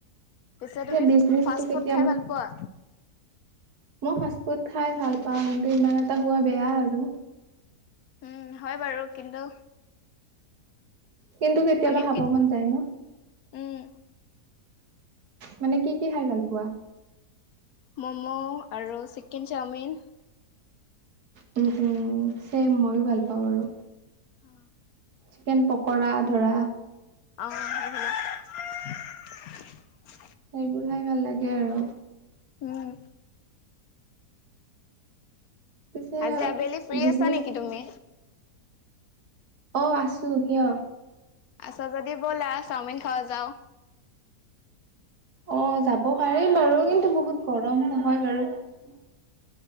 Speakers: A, on the left (about 70°); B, on the right (about 70°).
A: পিছে তুমি
B: বিজনেচটো
A: ফাষ্ট
B: কেতিয়া
A: ফুড খাই ভাল পোৱা?
B: মই ফাষ্ট ফুড খাই ভাল পাওঁ কিন্তু ইমান এটা খোৱা বেয়া আৰু।
A: উম হয় বাৰু কিন্তু।
B: কিন্তু কেতিয়াবা
A: আমিও
B: হাব
A: কেত
B: মন যায় ন।
A: উম,
B: মানে কি কি খাই ভাল পোৱা?
A: মম' আৰু চিকেন চাওমিন।
B: চছেম ময়ো ভাল পাওঁ আৰু।
A: অ
B: চিকেন পকৰা ধৰা।
A: অ, <unintelligible>
B: সেইবোৰ খাই ভাল লাগে আৰু।
A: উম।
B: পিছে
A: আজি আবেলি ফ্ৰী
B: বিজনেচটো
A: আছা নিকি তুমি?
B: অ আছোঁ কিয়,
A: আছা যদি ব'লা চাওমিন খাও যাও।
B: অ যাব পাৰিম বাৰু কিন্তু বহুত গৰম নহয় বাৰু। উম